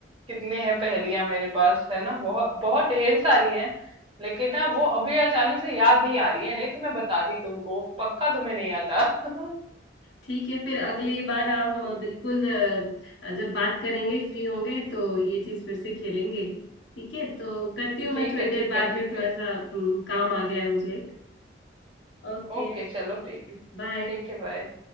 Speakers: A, on the right; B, on the left.
A: कितने हैं पहेलियां मेरे पास है ना बहुत बहुत ढेर सारी हैं लेकिन ना वो अभी अचानक से याद नहीं आ रही है नहीं तो मैं बताती तुमको पक्का तुम्हें नहीं आता <laughs>
B: ठीक है फिर अगली बार हम बिल्कुल अ, जब बात करेंगे फ्री होंगे तो ये चीज फिर से खेलेंगे ठीक है तो करती हूँ
A: ठीक
B: मैं थोड़ी
A: है
B: देर
A: ठीक
B: बाद
A: है ठीक
B: में थोड़ा
A: है
B: सा उम, काम आ गया है मुझे ओके
A: ओके चलो ठीक
B: बाय
A: ठीक है बाय